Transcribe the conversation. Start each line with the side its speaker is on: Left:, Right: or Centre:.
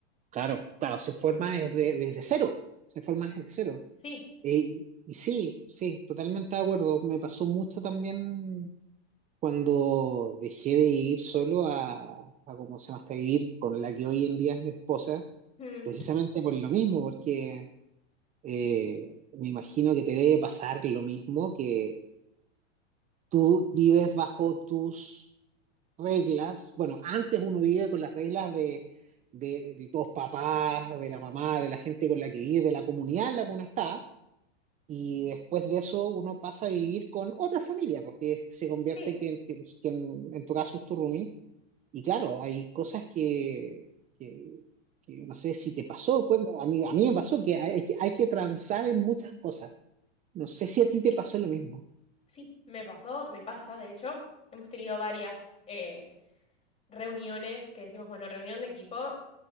Right: Claro, claro, se forma desde, desde cero, se forma desde cero.
Left: Sí,
Right: Eh, y sí, sí, totalmente de acuerdo. Me pasó mucho también cuando dejé de ir solo a, a cómo se llama, hasta vivir con la que hoy en día es mi esposa,
Left: mm,
Right: precisamente por lo mismo, porque eh, me imagino que te debe pasar lo mismo, que tú vives bajo tus reglas. Bueno, antes uno vive con las reglas de, de, de los papás, de la mamá, de la gente con la que vive, de la comunidad en la que uno está. Y después de eso uno pasa a vivir con otra familia, porque se convierte
Left: sí,
Right: que, que- que en, en tu caso es tu roomie. Y claro, hay cosas que, que, que no sé si te pasó, cuéntame, a mí, a mí me pasó que hay, que hay que transar en muchas cosas. No sé si a ti
Left: sí,
Right: te pasó lo mismo.
Left: sí, me pasó, me pasa, de hecho, hemos tenido varias. eh, reuniones que decimos, bueno, reunión de equipo